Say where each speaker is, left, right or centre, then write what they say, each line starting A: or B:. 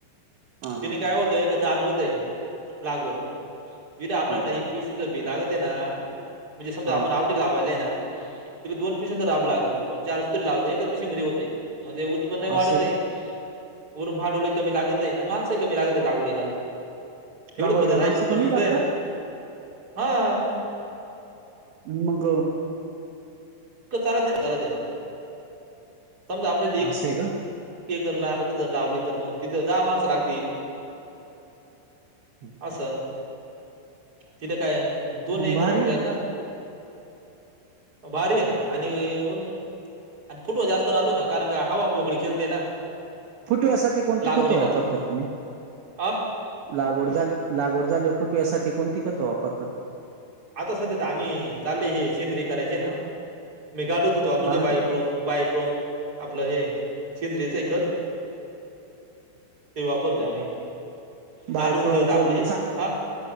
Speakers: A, on the right (about 65°); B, on the right (about 20°).
A: हा
B: तिने
A: हा
B: काय होतय का दाट होतय लागवड जड आपल्यालाना
A: हा
B: एक पिसवीचं बि लागत आहे ना म्हणजे समजा
A: हा
B: आपण आवडी लावायलाय ना <unintelligible> म्हणजे उत्पन्न वाढत
A: असं आहे
B: ये
A: का?
B: वरून भांडवल कमी लागत आहे आणि माणसही कमी लागत आहे लागवडीला एवढं
A: लागवडीला
B: पद्धत हाय
A: माणसं कमी
B: पण मंगय
A: लागतात?
B: ना? हा.
A: मग
B: चा ना चाल दे ना समजा आप लि
A: असं आहे का?
B: ते करला पद् लावली तर मग तिथे दहा माणसं लागतील
A: अच्छ
B: असं तिथं काय दोन
A: मग
B: एकर
A: भारी
B: होऊन
A: हो
B: जाईल ना भारी आहे ना आणि ऊन आणि फुटवा जास्त राहतो ना कारण का हवा मोकळी <inaudible> ना
A: फुटव्यासाठी कोणती
B: लागवडीला
A: खतं वापरतात तुम्ही
B: अ
A: लागवड झाली लागवड झाली पुटसाठी कोणती खतं वापरतात?
B: आता सधेत आम्ही चालले हे सेंद्रीय करायची ना मी गांडुळ खत वापरतते
A: हा हम्म
B: बायप्रोम बायप्रोम आपलं हे शेंद्रिच ए खत ते वापरतो आम्ही गांडूळ
A: बाय फ्रोमचां
B: खत आपलं हेच अ